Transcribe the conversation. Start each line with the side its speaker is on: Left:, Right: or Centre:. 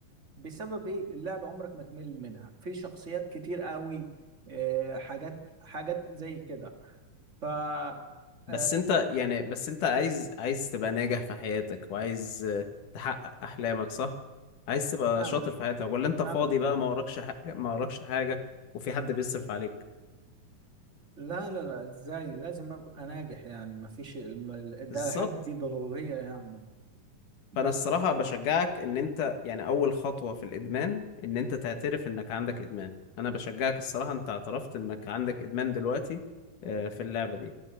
Right: بسبب ايه اللعبة عمرك ما تمل منها في شخصيات كتير قوي آه، حاجات حاجات زي كده ف آه،
Left: بس انت يعني بس انت عايز عايز تبقى ناجح في حياتك وعايز آه، تحقق احلامك صح عايز تبقى
Right: فعلا
Left: شاطر في حياتك ولا انت
Right: فعلا
Left: فاضي بقى ما وراكش حاجة ما وراكش حاجة وفي حد بيصرف عليك
Right: لا لا لا ازاي لازم ابقى ناجح يعني ما فيش الم-
Left: بالظبط
Right: ده الحاجه دي ضروريه يعني بس
Left: فانا الصراحه بشجعك ان انت يعني اول خطوه في الادمان ان انت تعترف انك عندك ادمان انا بشجعك الصراحه انت اعترفت انك عندك ادمان دلوقتي آه، في اللعبه دي